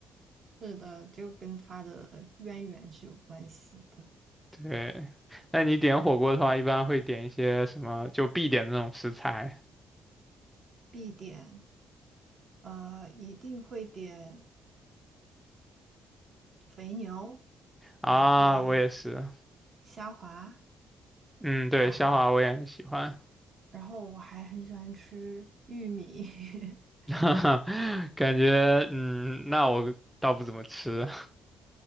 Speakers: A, on the right; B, in the centre.
A: 是的，就跟它的渊源是有关系的。
B: <laughs> 对，那你点火锅的话，一般会点一些什么，就必点的那种食材
A: 必点，呃，一定会点肥牛，
B: 啊，
A: 然后
B: 我也是。
A: 虾滑，
B: 嗯，对，
A: 然后
B: 虾滑我也很喜欢，
A: 然后我还很喜欢吃玉米。<laughs>
B: <laughs> 感觉嗯，那我倒不怎么吃